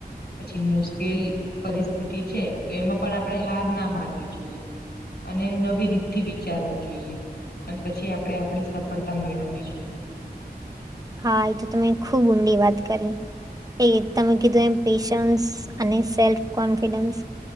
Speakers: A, on the left (about 80°); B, on the right (about 20°).
A: પછી મુશ્કેલી પરિસ્થિતિ છે તો એમાં પણ આપણે હાર ના માનવી જોઈએ. અને નવી રીતથી વિચારવું જોઈએ. અને પછી આપડે આપડી સફળતા મેળવવી જોઈએ.
B: હા એ તો તમે ખૂબ ઊંડી વાત કરી. એ તમે કીધું એમ પેશન્સ અને સેલ્ફ કોન્ફિડન્સ,